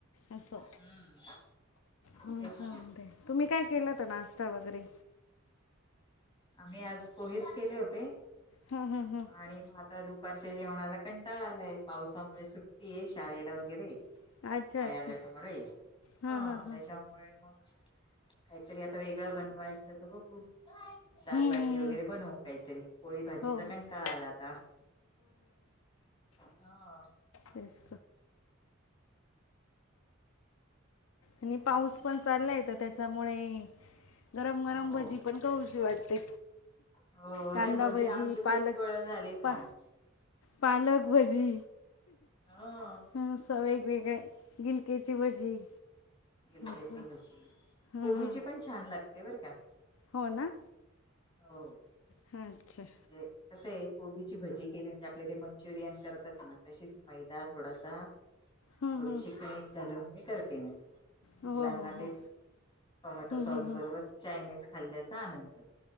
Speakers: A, on the left (about 70°); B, on the left (about 25°).
A: असं
B: हम्म
A: हो
B: तेच
A: सांगते.
B: ना
A: तुम्ही काय केलं होतं नाश्ता वगैरे?
B: आम्ही आज पोहेच केले होते.
A: हा हा हा.
B: आणि मग आता दुपारच्या जेवणाला कंटाळा आलाय. पावसामुळे सुट्टी आहे, शाळेला वगैरे.
A: हां अच्छा
B: हाय
A: अच्छा
B: अलर्ट मुळे हा
A: हां हां हां
B: त्याच्यामुळे मग. काहीतरी आता वेगळं बनवायचं तर बघू. दालबाटी
A: हम्म, हम्म,
B: वगैरे
A: हम्म.
B: बनवू काहीतरी पोळी भाजीचा
A: हो हो
B: काय. ताला आता हा,
A: पैस. आणि पाऊस पण चाललाय तर त्याच्यामुळे. गरम गरम
B: हो
A: भजी पण खाऊशी वाटते.
B: हो
A: कांदा
B: नाही
A: भजी
B: आमची
A: पालक
B: खूप वेळा झाली
A: पा
B: खाऊन
A: पालक. भजी.
B: हा,
A: ह अस वेगवेगळे्या गिलक्याची भजी.
B: गिलक्याचे
A: असं
B: भजी
A: हं.
B: कोबीची पण छान लागते बरं का,
A: हो ना,
B: हो,
A: ह अच्छा,
B: म्हणजे कसं आहे कोबीची भजी केली म्हणजे आपले ते मंचुरियन करतात ना तशीच मैदा थोडासा. आणि
A: हं,
B: थोडीशी
A: हं.
B: कणिक घालून ते करते मी.
A: हो
B: मुलांना
A: हो हो
B: तेच टोमॅटो
A: हं,
B: सॉस
A: हं, हं.
B: बरोबर चायनीज खाल्ल्याचा आनंद.